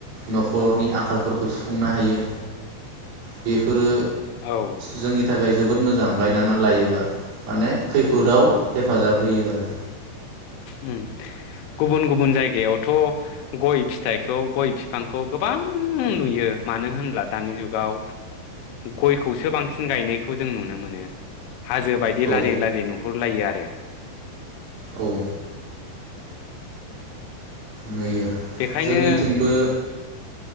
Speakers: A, on the right; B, on the left.
A: न'खरनि आंखालफोरखौ सुफुंनो हायो बेफोरो
B: औ
A: जोंनि थाखाय जोबोद मोजां गायनानै लायोबा माने खैफोदाव हेफाजाब होयो आरो।
B: उ गुबुन गुबुन जायगायावथ' गय फिथाइखौ गय बिफांखौ गोबां नुयो मानो होनब्ला दानि जुगाव गयखौसो बांसिन गायनायखौ जों नुनो मोनो। हाजो बायदि
A: औ
B: लारि लारि नुहुरलायो आरो <unintelligible>
A: औ। नुयो
B: बेखायनो
A: जोंनिथिंबो